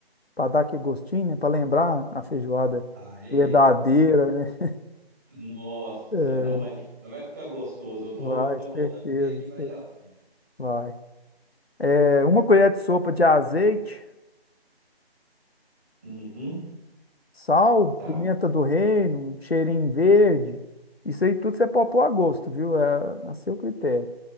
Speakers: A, on the left; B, on the right.
A: para dar aquele gostinho, né? Para lembrar a feijoada
B: Aê.
A: verdadeira, né?
B: Nossa
A: É,
B: senhora. Não, mas, mas vai ficar gostoso. Eu tô,
A: Vai,
B: tô
A: certeza,
B: botando fé que vai
A: cer-
B: dar certo.
A: vai. É, uma colher de sopa de azeite,
B: Uhum.
A: Sal,
B: Tá.
A: pimenta do reino, um cheirinho verde. Isso aí tudo você pode pôr a gosto, viu? É a seu critério.